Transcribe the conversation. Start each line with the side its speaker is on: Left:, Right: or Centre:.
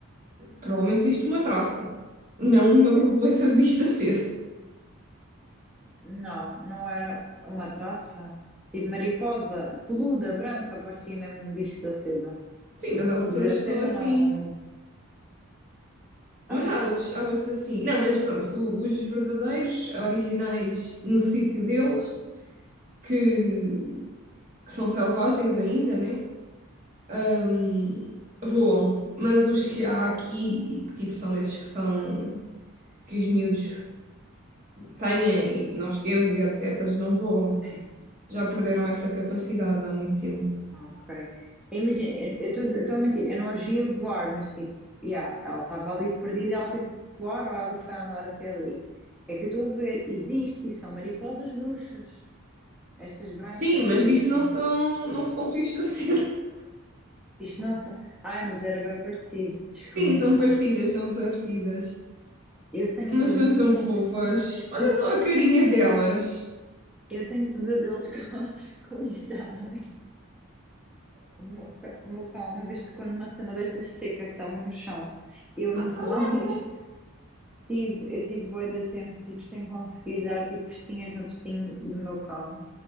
Right: Provavelmente viste uma traça, não uma borboleta de bicho da sede.
Centre: Não, não era uma traça. Tipo mariposa, peluda, branca, parecia mesmo um bicho da seda.
Right: Sim, mas há outras
Centre: Um Bicho da
Right: que
Centre: seda
Right: são assim.
Centre: não. um- Ai,
Right: Mas há outros, há outros assim. Não, mas pronto, o- os verdadeiros, originais no sítio deles, que, que são selvagens ainda, né? Hum, Voam, mas os que há aqui e que tipo são esses que são que os miúdos têm e que nós temos e etc., não voam.
Centre: sim,
Right: Já perderam essa capacidade há muito tempo.
Centre: ok. Imagina, eu estou a mentir, eu não os via voar, mas tipo, yeah, ela estava ali perdida, ela teve que voar ou ela foi andar até ali. É que eu estou a ver, existe e são mariposas bruxas. Estas brancas,
Right: Sim, mas
Centre: tipo,
Right: isto não são, não são fichas assim. <laughs>
Centre: isto não são. Ai, mas era bem parecido, <laughs> desculpa.
Right: Sim, são parecidas, são parecidas.
Centre: Eu tenho
Right: Mas
Centre: pesa-
Right: são
Centre: <laughs>
Right: tão fofas. Olha só a carinha delas.
Centre: eu tenho pesadelos com, <laughs> com isto à noite. O meu cão, o meu cão uma vez tocou numa cena destas seca que estava no chão. Eu
Right: Ah,
Centre: nunca
Right: está a
Centre: mais
Right: Marta.
Centre: <laughs> tive, eu tive bué de tempo, tipo, sem conseguir dar, tipo, festinhas no focinho do meu cão.